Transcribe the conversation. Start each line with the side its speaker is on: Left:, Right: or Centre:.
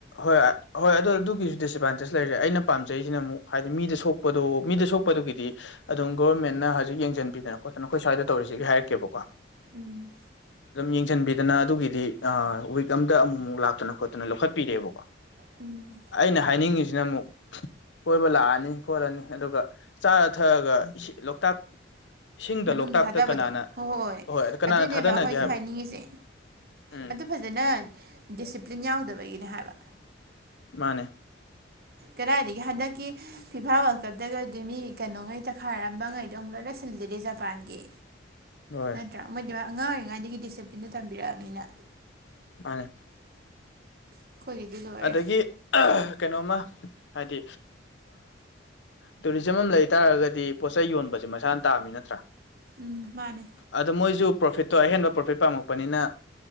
Left: ꯍꯣꯏ ꯍꯣꯏ ꯑꯗꯣ ꯑꯗꯨꯒꯤꯁꯨ ꯗꯤꯁꯑꯦꯠꯕꯥꯟꯇꯦꯖ ꯂꯩꯔꯦ ꯑꯩꯅ ꯄꯥꯝꯖꯩꯁꯤꯅ ꯑꯃꯨꯛ ꯍꯥꯏꯗꯤ ꯃꯤꯗ ꯁꯣꯛꯄꯗꯣ ꯃꯤꯗ ꯁꯣꯛꯄꯗꯨꯒꯤꯗꯤ ꯑꯗꯨꯝ ꯒꯣꯣꯔꯔꯃꯦꯟꯅ ꯍꯧꯖꯤꯛ ꯌꯦꯡꯁꯤꯟꯕꯤꯗꯅ ꯈꯣꯠꯇꯅ ꯑꯩꯈꯣꯏ ꯁ꯭ꯋꯥꯏꯗ ꯇꯧꯔꯤꯁꯤꯒ ꯍꯥꯏꯔꯛꯀꯦꯕꯀꯣ
Right: ꯎꯝ
Left: ꯑꯗꯨꯝ ꯌꯦꯡꯁꯤꯟꯕꯤꯗꯅ ꯑꯗꯨꯒꯤꯗꯤ ꯋꯤꯛ ꯑꯝꯗ ꯑꯃꯨꯛꯃꯨꯛ ꯂꯥꯛꯇꯅ ꯈꯣꯠꯇꯅ ꯂꯧꯈꯠ ꯄꯤꯔꯦꯕꯀꯣ
Right: ꯎꯝ
Left: ꯑꯩꯅ ꯍꯥꯏꯅꯤꯡꯉꯤꯁꯤꯅ ꯑꯃꯨꯛ ꯀꯣꯏꯕ ꯂꯥꯛꯑꯅꯤ ꯈꯣꯠꯂꯅꯤ ꯑꯗꯨꯒ ꯆꯥꯔ ꯊꯛꯔꯒ ꯏꯁꯤ ꯂꯣꯛꯇꯥꯛ ꯏꯁꯤꯡꯗ
Right: ꯃꯅꯨꯡꯗ
Left: ꯂꯣꯛꯇꯥꯛꯇ
Right: ꯊꯥꯗꯕꯗꯣ
Left: ꯀꯅꯥꯅ
Right: ꯍꯣꯏ
Left: ꯍꯣꯏ ꯑ ꯀꯅꯥꯅ
Right: ꯑꯗꯨꯅꯦꯕ
Left: ꯊꯥꯗꯅꯒꯦ
Right: ꯑꯩꯈꯣꯏꯁꯨ
Left: ꯍꯥꯏꯕ
Right: ꯍꯥꯏꯅꯤꯡꯉꯤꯁꯦ
Left: ꯎꯝ
Right: ꯑꯗꯨ ꯐꯖꯅ ꯗꯤꯁꯤꯄ꯭ꯂꯤꯟ ꯌꯥꯎꯗꯕꯒꯤꯅꯦ ꯍꯥꯏꯕ
Left: ꯃꯥꯅꯦ
Right: ꯀꯗꯥꯏꯗꯒꯤ ꯍꯟꯗꯛꯀꯤ ꯐꯤꯐꯥ ꯋꯥꯔꯜ ꯀꯞꯇꯒꯗꯤ ꯃꯤ ꯀꯩꯅꯣꯉꯩ ꯆꯛꯈꯥꯏꯔꯛꯑꯝꯕ ꯉꯩ ꯗ ꯂꯣꯏ ꯂꯣꯏꯁꯤꯜꯜꯂꯤꯖꯔꯤ ꯖꯄꯥꯟꯒꯤ
Left: ꯍꯣꯏ
Right: ꯅꯠꯇ꯭ꯔꯥ ꯃꯣꯏꯗꯤ ꯑꯉꯥꯡ ꯑꯣꯏꯔꯤꯉꯩꯗꯒꯤ ꯗꯤꯁꯤꯄ꯭ꯂꯤꯟꯗꯣ ꯇꯝꯕꯤꯔꯛꯑꯕꯅꯤꯅ
Left: ꯃꯥꯅꯦ
Right: ꯑꯩꯈꯣꯏꯒꯤꯗꯤ ꯂꯣꯏꯔꯦ
Left: ꯑꯗꯒꯤ ꯀꯩꯅꯣꯝꯃ ꯍꯥꯏꯗꯤ ꯇꯨꯔꯤꯖꯝ ꯑꯃ ꯂꯩ ꯇꯥꯔꯒꯗꯤ ꯄꯣꯠ ꯆꯩ ꯌꯣꯟꯕꯁꯦ ꯃꯁꯥꯅ ꯇꯥꯕꯃꯤ ꯅꯠꯇ꯭ꯔꯥ
Right: ꯎꯝ ꯃꯥꯅꯦ
Left: ꯑꯗꯣ ꯃꯣꯏꯁꯨ ꯄ꯭ꯔꯣꯐꯤꯠꯇꯣ ꯑꯍꯦꯟꯕ ꯄ꯭ꯔꯣꯐꯤꯠ ꯄꯥꯝꯃꯛꯄꯅꯤꯅ